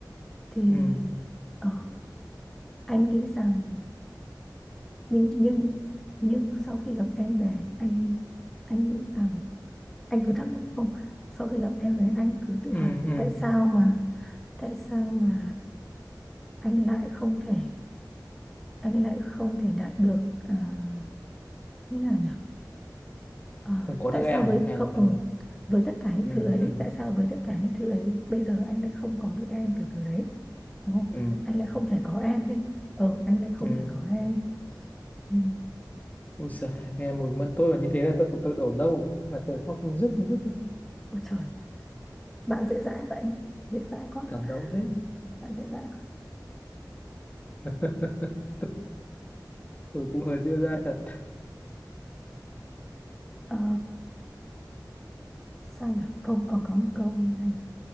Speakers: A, in the centre; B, on the left.
A: thì
B: ừ
A: ờ, anh nghĩ rằng nhưng nhưng nhưng sau khi gặp em về anh anh nghĩ rằng anh cứ thắc mắc không sau khi gặp em về anh cứ tự
B: ừ
A: hỏi
B: ừ
A: tại sao mà tại sao mà anh lại không thể anh lại không thể đạt được à, như thế nào nhỉ À,
B: không có
A: tại
B: được
A: sao
B: em
A: với
B: hay
A: không
B: là
A: ừ,
B: hay là
A: với tất cả những
B: ừ
A: thứ ấy
B: ừ
A: tại sao với tất cả những thứ ấy bây giờ anh lại không có được em kiểu kiểu đấy đúng không?
B: ừ
A: Anh lại không thể có em đi. Ờ, anh lại không
B: ừ
A: thể có em. Ừ.
B: Ui giời, nghe mùi mẫn tôi mà như thế là tôi của tôi đổ lâu rồi Thế là tôi khóc không dứt không dứt
A: Ôi trời, bạn dễ dãi vậy. Dễ dãi quá.
B: cảm động thế
A: Bạn dễ dãi quá.
B: <laughs> tôi cũng hơi dịu dãi thật
A: Ờ, sao nhỉ? Câu còn có một câu như này.